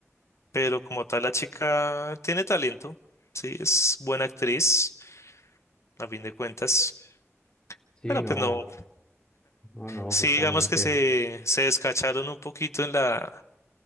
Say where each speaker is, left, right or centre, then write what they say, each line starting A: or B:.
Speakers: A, on the left; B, on the left.
A: pero como tal la chica tiene talento, sí, es buena actriz, a fin de cuentas.
B: Sí,
A: Pero
B: no,
A: pues no,
B: no, no,
A: sí,
B: justamente,
A: digamos que se, se descacharon un poquito en la,